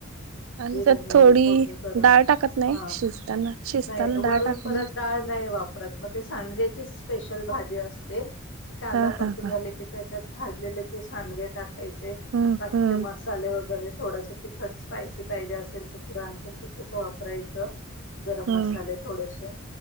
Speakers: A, on the right (about 70°); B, on the left (about 60°).
A: आणि
B: जिरे,
A: त्यात
B: मोहरी
A: थोडी.
B: फोडणी
A: ी
B: करून
A: डाळ टाकत नाही
B: हा
A: शिजताना शिजताना
B: नाही वरून
A: डाळ टाकत
B: परत
A: नाही.
B: डाळ नाही वापरत मग ते सांडग्याची स्पेशल भाजी असते. क कांदा
A: हा
B: परतून
A: हा हा
B: झाले की त्याच्यात भाजलेले ते सांडगे टाकायचे.
A: हम्म
B: बाकीचे
A: हम्म
B: मसाले वगैरे. थोडस तिखट स्पायसी पाहिजे असेल तर थोडं आणखीन तिखट वापरायचं. गरम
A: हम्म
B: मसाले थोडेसे